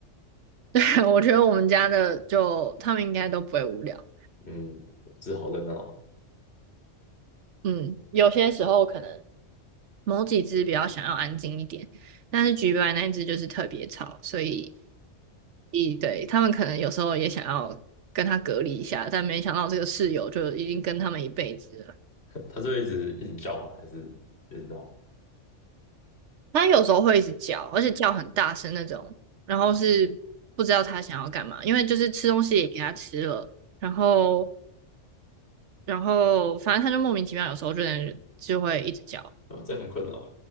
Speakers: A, on the right; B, on the left.
A: <laughs> 对，我觉得我们家的就他们应该都不会无聊。
B: 嗯，这好热闹哦，
A: 嗯，有些时候可能某几只比较想要安静一点，但是橘白那一只就是特别吵，所以，一对，他们可能有时候也想要跟它隔离一下，但没想到这个室友就已经跟他们一辈子了。
B: <laughs> 它是会一直一直叫吗？还是一直闹？
A: 它有时候会一直叫，而且叫很大声那种，然后是不知道它想要干嘛，因为就是吃东西也给它吃了，然后，然后反正它就莫名其妙，有时候就能就会一直叫。
B: 啊，这样很困扰，